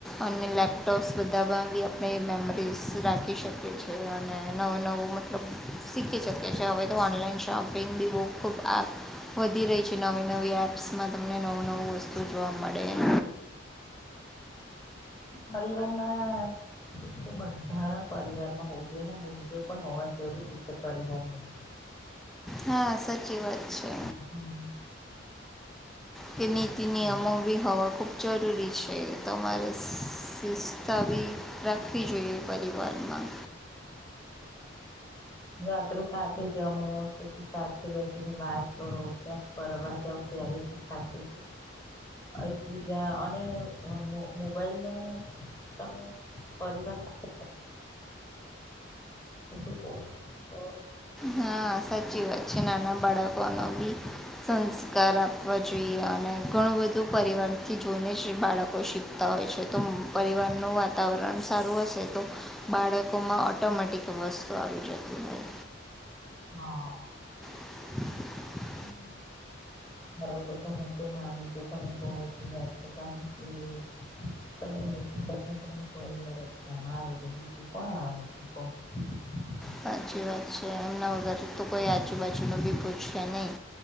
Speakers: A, in the centre; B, on the left (about 20°).
A: અને લેપટોપ્સ બધામાં બી આપણે મેમરીઝ રાખી શકીએ છીએ. અને નવું નવો મતલબ શીખ શકે છે. હવે તો ઓનલાઈન શોપિંગ બી બો ખુબ આગ વધી રહી છે. નવી નવી એપ્સમાં તમને નવું નવું વસ્તુ જોવા મળે એમ.
B: <inaudible> પરિવારના એક તો બંધારણ પરિવાર માં હોવું જોઈને મૂલ્યો પણ હોવા જરૂરી છે પરિવારની.
A: હા સાચી વાત છે
B: <unintelligible>
A: કે નીતિ નિયમો ભી હાવા ખૂબ જરૂરી છે. તમારે સુસ્તા બી રાખવી જોઈએ પછી વારમાં
B: <inaudible> રાત્રે સાથે જમો પછી સાથે બેસીને વાત કરો ક્યાંક કરવા જાવ ત્યારે સાથે એકબીજા અને મોબાઈલને તમે પરિવાર સાથે <unintelligible>
A: હા સાચી વાત છે. નાના બાળકો ન બી સંસ્કાર આપવા જોઈએ. અને ઘણું બધું પરિવારથી જોઈને જ બાળકો શીખતા હોય છે. તો પરિવારનું વાતાવરણ સારું હશે તો બાળકોમાં ઓટોમેટિક વસ્તુ આવી જતી હોય.
B: હા.
A: <unintelligible>
B: હમ્મ. ઘર વગર તો હું શું માનું છું તમે બહરાત છો કારણકે <inaudible> તમા પરિવાર સા આવે કોણ આવાનું છે <unintelligible>
A: સાચી વાત છે એમના વગર તો કોઈ આજુબજુ ન ભીભૂછશે નહી.